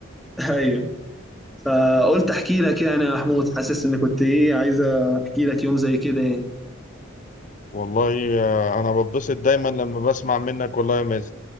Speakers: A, in the centre; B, on the left.
A: أيوه فقلت أحكي لك يعني يا محمود حاسس إن كنت إيه عايز أحكي لك يوم زي كده يعني
B: والله آه، انا بتبسط دايما لما بسمع منك والله يا مازن